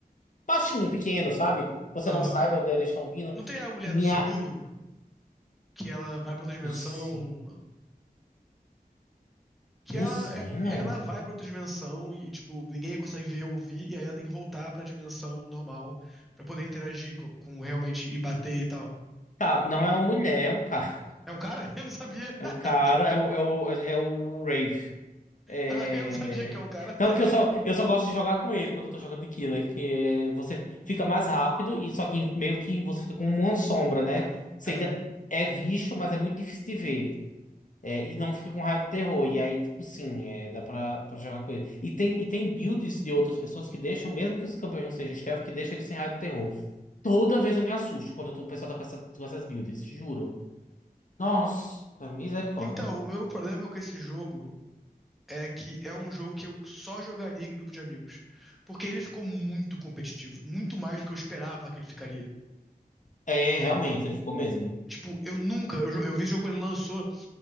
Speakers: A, on the left; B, in the centre.
A: baixinho, pequeno, sabe? Você
B: aham.
A: não saiba onde eles estão vindo.
B: Não tem a mulher
A: Minha.
B: do Seninho? Que ela vai pra outra dimensão.
A: Do, si...
B: Que
A: do
B: ela,
A: sino?
B: é- ela vai pra outra dimensão e, tipo, ninguém consegue ver ou ouvir, e aí ela tem que voltar pra dimensão normal pra poder interagir co- com, realmente e bater e tal.
A: Tá, não é uma mulher, é um cara.
B: É um cara? <laughs> Eu não sabia.
A: É
B: <laughs>
A: um cara, é o, é o, é o Rafe. É,
B: Ah, eu não sabia que é um cara. <laughs>
A: Tanto que eu só, eu só gosto de jogar com ele quando eu tô jogando de killer, que é- você fica mais rápido e só que meio que você fica com uma sombra, né? Você
B: É.
A: ainda é visto, mas é muito difícil de ver. É, e não fica com raio de terror. E aí, tipo, sim, é, dá pra, pra jogar com ele. E tem, e tem builds de outras pessoas que deixam, mesmo que os campeões não sejam stealth, que deixam ele sem raio de terror. Toda vez eu me assusto quando eu tô- o pessoal tá com, essa- com essas builds, juro. Nossa, misericórdia.
B: Então, o meu problema com esse jogo é que é um jogo que eu só jogaria em grupo de amigos. Porque ele ficou muito competitivo, muito mais do que eu esperava que ele ficaria,
A: É,
B: entendeu?
A: realmente, ele ficou mesmo.
B: Tipo, eu nunca, eu, jo- eu vi esse jogo quando ele lançou,